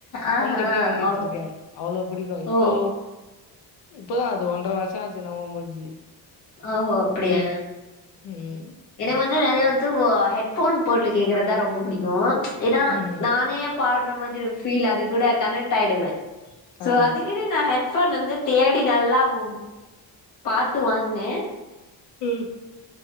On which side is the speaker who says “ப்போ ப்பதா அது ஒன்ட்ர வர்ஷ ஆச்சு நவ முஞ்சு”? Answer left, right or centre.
Left